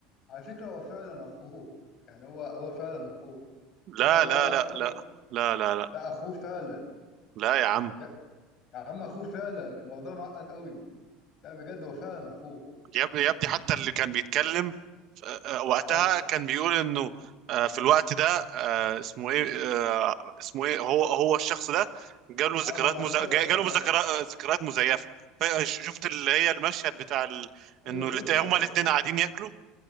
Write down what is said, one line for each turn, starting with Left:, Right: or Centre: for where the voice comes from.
Left: على فكره هو فعلا اخوه يعني هو هو فعلا اخوه
Right: لا
Left: فهو
Right: لا
Left: اصلا
Right: لا لا لا لا لا لا
Left: لا اخوه فعلا
Right: لا يا عم
Left: يا, يا عم اخوه فعلا الموضوع معقد قوي لا بجد هو فعلا اخوه
Right: يا ابني يا ابني حتى اللي كان بيتكلم آه، آه، وقتها
Left: اه
Right: كان بيقول انه آه، في الوقت ده آه، اسمه ايه آه، اسمه ايه هو هو الشخص ده جاله ذكريات
Left: اه ما بعد
Right: مز...
Left: كده
Right: جا-
Left: وضحوه
Right: جاله ذكريات ذكريات مزيفه ف- شفت اللي هي المشهد بتاع ال...
Left: ايوه
Right: انه
Left: شفتها
Right: الات- هما
Left: بس
Right: الاثنين قاعدين ياكلوا